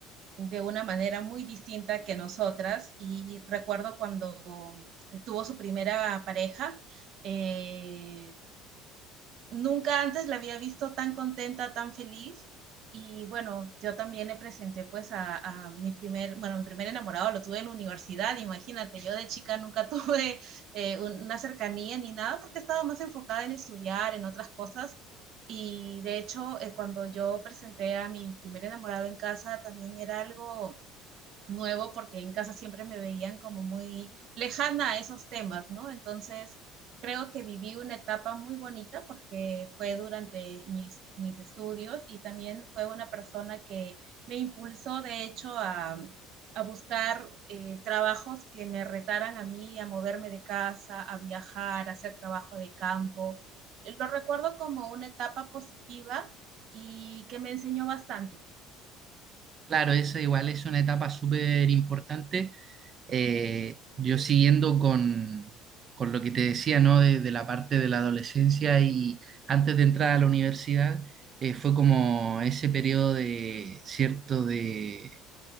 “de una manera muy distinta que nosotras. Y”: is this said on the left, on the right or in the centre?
Right